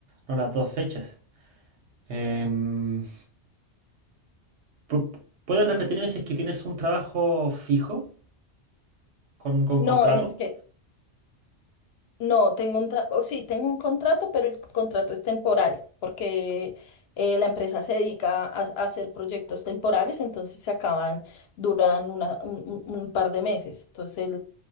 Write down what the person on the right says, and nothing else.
no las dos fechas. Em, pu- ¿puedes repetirme si es que tienes un trabajo fijo con, con
contrato?